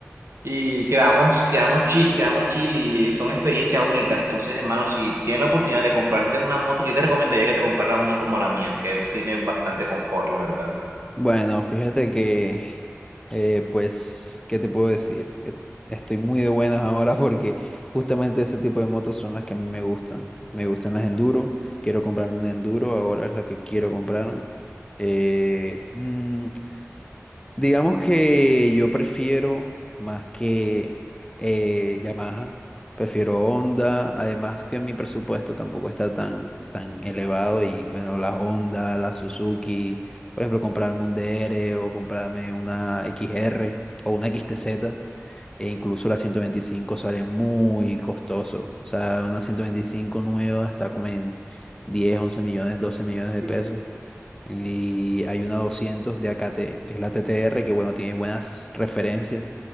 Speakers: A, on the right; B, on the left.
A: y quedamos, quedamos chill, quedamos chill y son experiencias únicas. Entonces, hermano, si tienes la oportunidad de comprarte una moto, yo te recomendaría que te compraras una como la mía, que tiene bastante confort, la verdad.
B: Bueno, fíjate que, eh, pues, ¿qué te puedo decir? E- Estoy muy de buenas ahora porque justamente ese tipo de motos son las que a mí me gustan. Me gustan las enduro, quiero comprarme un enduro, ahora es lo que quiero comprarme. Eh, mm, Digamos que yo prefiero más que eh, Yamaha, prefiero Honda, además que mi presupuesto tampoco está tan, tan elevado y bueno, la Honda, la Suzuki, por ejemplo, comprarme un DR o comprarme una X-R o una X-T Z e incluso la 125 sale muy costoso, o sea, una 125 nueva está como en 10 11 millones, 12 millones de
A: Sí.
B: pesos. Y hay una 200 de AKT, que es la TTR, que bueno, tiene buenas referencias,